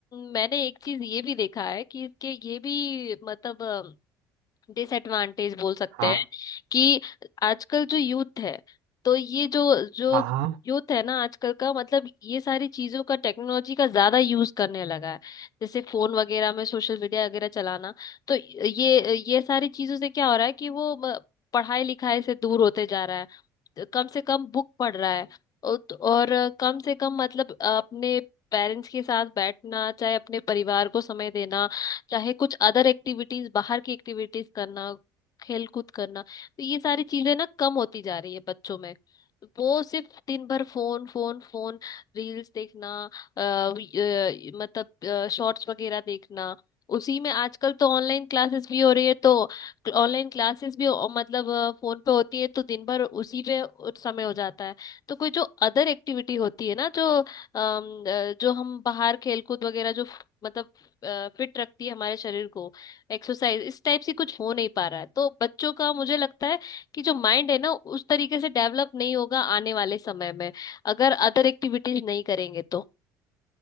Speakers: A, on the left; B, on the right.
A: मैंने एक चीज ये भी देखा है कि इसके ये भी मतलब अ, डिसएडवांटेज बोल सकते
B: हाँ
A: हैं कि आजकल जो यूथ है तो ये जो जो
B: हाँ हाँ
A: यूथ है ना आजकल का मतलब ये सारी चीजों का टेक्नोलॉजी का ज्यादा यूज करने लगा है जैसे फोन वगैरह में सोशल मीडिया वगैरह चलाना तो ये ये सारी चीजों से क्या हो रहा है कि वो अ, पढ़ाई लिखाई से दूर होते जा रहा है तो कम से कम बुक पढ़ रहा है और तो, और कम से कम मतलब अपने पेरेंट्स के साथ बैठना चाहे अपने परिवार को समय देना चाहे कुछ अदर एक्टिविटीज बाहर की एक्टिविटीज करना खेल कूद करना तो ये सारी चीजें ना कम होती जा रही है बच्चों में वो सिर्फ दिन भर फोन फोन फोन रील्स देखना अ, वी- अ, मतलब शॉर्ट्स वगैरह देखना उसी में आजकल तो ऑनलाइन क्लासेस भी हो रही है तो ऑनलाइन क्लासेस भी अ, मतलब फोन पे होती है तो दिन भर उसी पे उस समय हो जाता है तो कोई जो अदर एक्टिविटी होती है ना जो अम, अ, जो हम बाहर खेलकूद वगैरह जो फ- मतलब फिट रखती है हमारे शरीर को एक्सरसाइज इस टाइप से कुछ हो नहीं पा रहा है तो बच्चों का मुझे लगता है कि जो माइंड है ना उस तरीके से डेवलप नहीं होगा आने वाले समय में अगर अदर एक्टिविटीज नहीं करेंगे तो